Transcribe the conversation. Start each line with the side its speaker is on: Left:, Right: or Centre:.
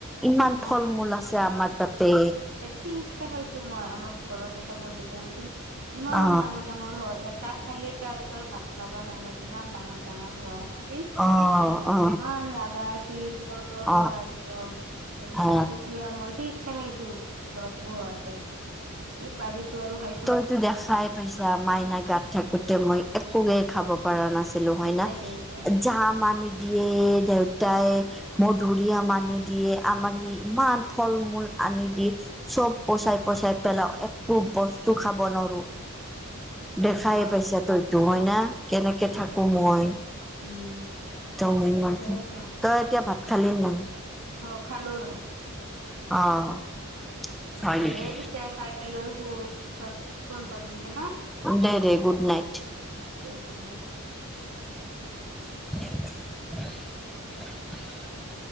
Centre: ইমান
Right: অ
Centre: ফল মূল আছে আমাৰ তাতে
Right: ঠিকচে খাইছো মই আমাৰ ঘৰত এটা মধুৰি আম আছে ইমান
Centre: অ
Right: ডাঙৰ ডাঙৰ মোৰ হয় এটা খালি আৰু তই ভাত খাবা নালাগে ইমান ডাঙৰ ডাঙৰ হোৱা আছিল
Centre: অ
Right: এ আৰু
Centre: অ
Right: ইমান লাগা আছিল তলৰ
Centre: অ
Right: পৰা একদম তাৰপিছত
Centre: অ
Right: তেতিয়া মই ঠিকছে খাইছো বাবু হাতে কি পাৰিছো আৰু খাই
Centre: তইতো দেখাই পাইছা মাইনা গাত থাকোতে মই একোকে খাব পৰা নাছিলো হয় ন
Right: সেইটো আও
Centre: জাম আনি দিয়ে দেউতাই মধুৰিআম আনি
Right: উম
Centre: দিয়ে আমাৰ সি ইমান ফল মূল আনি দি চব পচাই পচাই পেলাও একো বস্তু খাব নোৱাৰো দেখাই
Right: অ
Centre: পাইছা তইটো হয় না কেনেকে
Right: তাকেইতো
Centre: থাকো মই
Right: উম
Centre: একদম ইমান
Right: সেইয়েতো
Centre: তই এতিয়া ভাত খালি নাই
Right: অ খালো ৰ
Centre: অ হয় নেকি
Right: দে পিছে খাই লৈ হু পাছত ফোন কৰিম দে হা
Centre: দে দে গুড নাইট
Right: ওম দে গুড নাইট
Centre: <unintelligible>